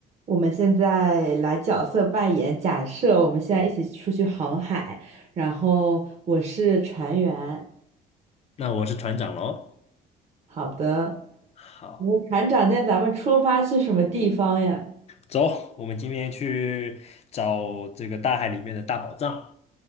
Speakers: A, on the right; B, on the left.
A: 我们现在来角色扮演，假设我们现在一起出去航海，然后我是船员。
B: 那我是船长喽。
A: 好的，
B: 好，
A: 我船长，今天咱们出发去什么地方呀？
B: 走，我们今天去找这个大海里面的大宝藏。